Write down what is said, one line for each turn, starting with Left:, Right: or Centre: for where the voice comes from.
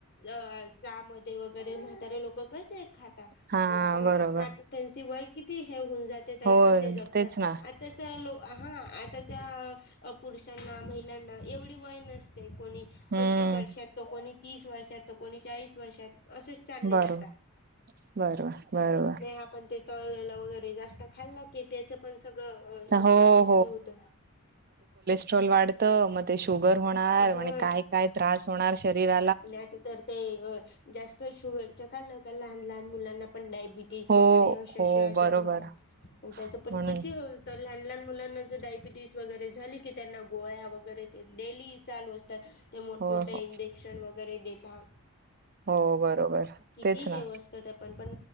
Left: अ रसा वगैरे म्हातारे लोक कसे खातात,
Right: हा
Left: त्यांच आता-
Right: बरोबर
Left: त्यांची वय किती हे होऊन जाते, तरी
Right: हो
Left: पण ते जगतात.
Right: तेच ना
Left: आताच्या लो हा आताच्या पुरुषांना महि एवढी वय नसते को
Right: हम्म
Left: प स वर्षात, त कोणी तीस वर्षात, त कोणी चाळीस वर्षात, असं चाले
Right: बरोबर
Left: जाता,
Right: बरोबर बरोबर
Left: आपण ते तळलेलं वगैरे जास्त खाल् की त्याचं पण, सगळं हे
Right: हो,
Left: हे होत.
Right: कॅस्ट्रॉल वाढत. मग ते शुगर होणार.
Left: हा
Right: आणि काय काय त्रास होणार शरीरा
Left: आणि आता तर ते जास्त शुगरच खालं का? लहान लहान मुलांना पण डाय बीटस
Right: हो,
Left: वगैरे असे
Right: हो
Left: असे आजार
Right: बरोबर
Left: होता. पण त्याच पण
Right: म्हणून
Left: किती तर लहान लहान मुलांना जर डायबिटीस वगैरे झाली, की त्यांना गोळ्या वगैरे ते डेली चालू असतात. ते मोठमोठे
Right: हो, हो,
Left: इंजेक्शन वगैरे देतात.
Right: हो बरोबर.
Left: किती
Right: तेच ना.
Left: हे असतं ते पण पण